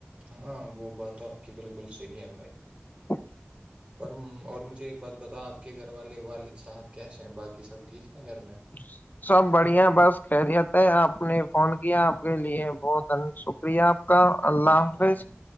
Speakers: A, on the right (about 30°); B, on the left (about 45°).
A: ہاں وہ بات آپ کی بالکل صحیح ہے بھائی
B: <inaudible>
A: اور اور مجھے ایک بات بتا آپ کے گھر والے والد صاحب کیسے ہیں باقی سب ٹھیک ہیں گھر میں
B: ج سب بڑھیا بس خیریت ہے آپ نے فون کیا آپ کے لیے بہت شکریہ آپ کا لمفے
A: ہاں